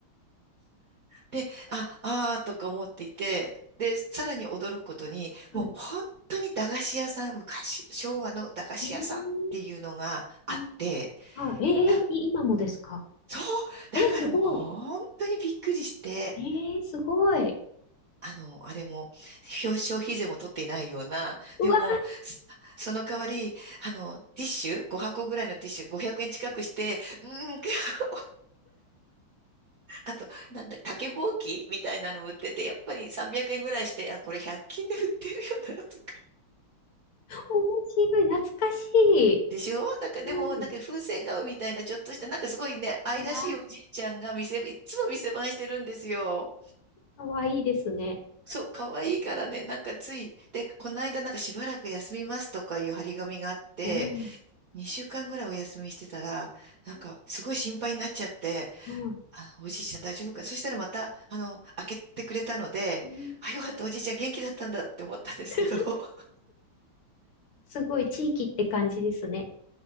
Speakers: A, on the right (about 45°); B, on the left (about 80°).
A: で、あ、あーとか思っていて、で、さらに驚くことに、
B: はい。
A: もう本当に駄菓子屋さん、昔、昭和の駄菓子屋さんっていうのがあって、
B: うん。うんあ、ええい今もですか。
A: だ、そう、だからもう本当にびっくりして、
B: えすごい。ええすごい。
A: あの、あれも、表消費税も取っていないような、
B: うわ
A: でも、そその代わり、あの、ティッシュ、5箱ぐらいのティッシュ500円近くして、うーん、<laughs> あと、なんだ、竹ぼうきみたいなのを売ってて、やっぱり300円ぐらいして、あ、これ100均で売ってるよな、とか。
B: ー、面白い。懐かしい。
A: でしょなんかでも、
B: はい。
A: なんか風船顔みたいなちょっとした、なんかすごいね、愛らしいおじいちゃんが店、
B: あら、
A: いつも店番してるんですよ。
B: かわいいですね。
A: そう、可愛いからね、なんかつい、で、この間なんかしばらく休みますとかいう張り紙があって、
B: ええう
A: 2週間ぐらいお休みしてたら、なんかすごい心配になっちゃって、
B: んはい。
A: あ、おじいちゃん大丈夫かそしたらまた、あの、開けてくれたので、
B: うん
A: あ、よかった、おじいちゃん元気だったんだって思ったんですけど、
B: <laughs>
A: <laughs>
B: すごい地域って感じですね。